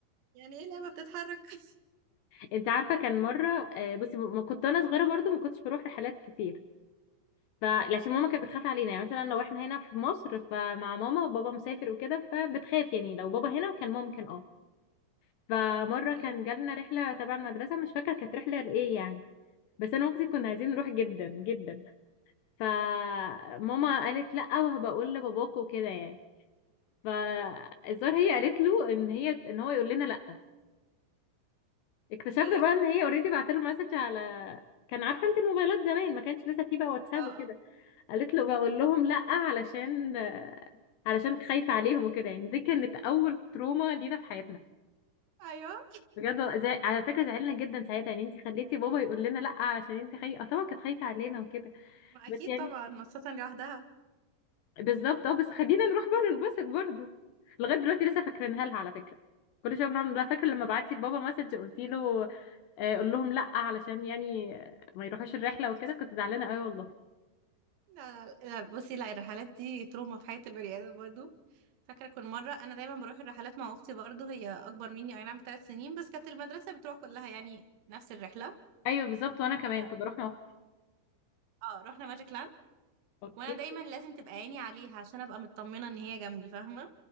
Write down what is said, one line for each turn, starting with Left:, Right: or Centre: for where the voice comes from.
Right: يعني ايه لعبة بتتحرك <laughs>
Left: انت عارفه كان مره آه، بصي ما كنت انا صغيره برضو ما كنتش بروح رحلات كتير فعشان ماما
Right: مم.
Left: كانت بتخاف علينا يعني مثلا لو احنا هنا في مصر فمع ماما وبابا مسافر وكده فبتخاف يعني لو بابا هنا كان ممكن اه فمرة
Right: اوكي
Left: كان جالنا رحلة تبع المدرسة مش فاكرة كانت رحلة لإيه يعني بس أنا وأختي كنا عايزين نروح جدا جدا فماما قالت لأ وهبقول لباباكوا وكده يعني فالظاهر هي قالت له ان هي ان هو يقول لنا لا اكتشفنا
Right: ايه
Left: بقى ان هي اوريدي بعت له مسج على كان عارفه انت الموبايلات زمان ما كانش لسه فيه بقى واتساب
Right: اه
Left: وكده
Right: اه
Left: قالت له بقول لهم لا علشان علشان خايفه عليهم وكده يعني دي كانت اول تروما لينا في حياتنا
Right: ايوه
Left: بجد زع... على فكره زعلنا جدا ساعتها يعني انت خليتي بابا يقول لنا لا علشان انت خايفه اه طبعا كانت خايفه علينا وكده
Right: ما
Left: بس
Right: اكيد
Left: يعني
Right: طبعا خاصة لوحدها
Left: بالظبط اه بس خلينا نروح بقى ننبسط برضه لغايه دلوقتي لسه فاكرينها لها على فكره كل شويه بنعمل لها فاكره لما بعتي لبابا مسج قلتي له آه، قول لهم لا علشان يعني آه، ما يروحوش الرحله
Right: <laughs>
Left: وكده كنت زعلانه قوي والله
Right: لا لا لا بصي لا الرحلات دي تروما في حياة البني آدم برضه فاكرة كل مرة أنا دايما بروح الرحلات مع أختي برضه هي أكبر مني أي نعم بثلاث سنين بس كانت المدرسة بتروح كلها يعني نفس الرحلة
Left: ايوه بالظبط وانا
Right: فمرة
Left: كمان كنت بروح مع اختي
Right: اه رحنا ماجيك لاند
Left: اوكي
Right: وأنا دايما لازم تبقى عيني عليها عشان أبقى مطمنة إن هي جنبي فاهمة